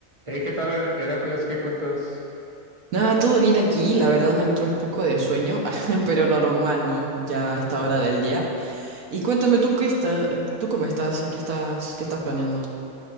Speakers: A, on the right (about 20°); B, on the right (about 70°).
A: Hey, ¿qué tal, Her- Heracles? ¿Qué cuentas?
B: Nada, todo bien aquí, la verdad me entró un poco de sueño, <laughs> pero lo normal, ¿no? Ya
A: Mm.
B: a esta hora del día. Y cuéntame tú qué estás, tú cómo estás, qué estás, qué estás planeando.